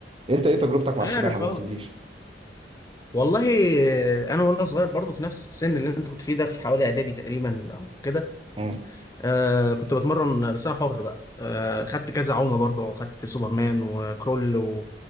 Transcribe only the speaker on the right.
أنت إيه تجربتك مع
السباحة ما
قلتليش
مم،